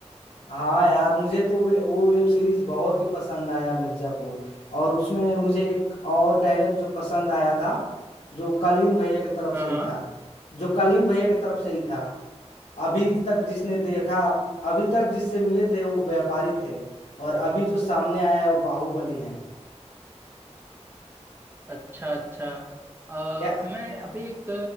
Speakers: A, on the left (about 70°); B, on the right (about 20°).
A: हाँ यार मुझे तो वे वो वेब सीरीज बहुत ही पसंद आया मिर्जापुर और उसमें मुझे एक और डायलॉग जो पसंद आया था जो कालीन भैया की तरफ
B: हाँ
A: से ही
B: हाँ
A: था जो कालीन भैया की तरफ से ही था अभी तक जिसने देखा अभी तक जिससे मिले थे वो व्यापारी थे और अभी जो सामने आया है वो बाहुबली है
B: अच्छा अच्छा अ,
A: या
B: मैं अभी एक